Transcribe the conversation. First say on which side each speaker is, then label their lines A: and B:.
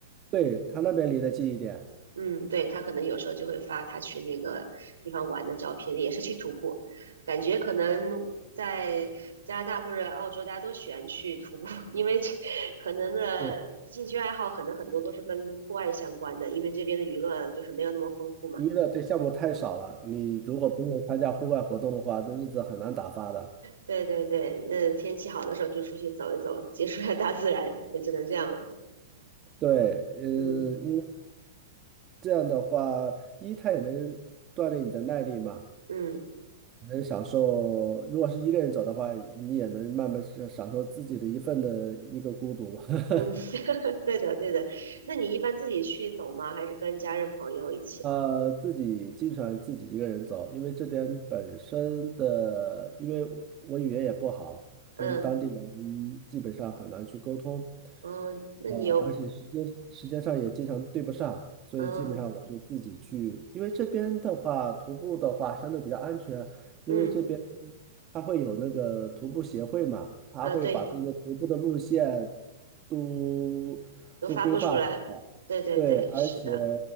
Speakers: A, on the right; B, on the right.
A: 对，他那边离得近一点。
B: 嗯，对，他可能有时候就会发他去那个地方玩的照片，也是去徒步，感觉可能在加拿大或者澳洲，大家都喜欢去徒步，<laughs> 因为这可能的兴趣爱好可能很多都是跟户外相关的，
A: 是
B: 因为这边的娱乐就是没有那么丰富嘛。
A: 娱乐对项目太少了，你如果不用参加户外活动的话，这日子很难打发的。
B: 对对对，那天气好的时候就出去走一走，接触一下大自然，也只能这样了。
A: 对，嗯、
B: 嗯
A: 这样的话，一它也能锻炼你的耐力嘛，
B: 嗯。
A: 能享受。如果是一个人走的话，你也能慢慢是享受自己的一份的一个孤独。<laughs>
B: 嗯，<laughs> 对的，对的。那你一般自己去走吗？还是跟家人朋友一起？
A: 呃，自己基本上自己一个人走，因为这边本身的，因为我我语言也不好，跟当地人基本上很难去沟通，
B: 嗯，嗯，那你有，
A: 呃，而且时间时间上也经常对不上，所以基本上我就自己去，
B: 嗯
A: 因为这边的话，徒步的话相对比较安全，因为这边
B: 嗯
A: 它会有那个徒步协会嘛，他会把这个徒步的路线
B: 啊，对，
A: 都都规划好。
B: 都发布出来。对对对，
A: 对，而且
B: 是的，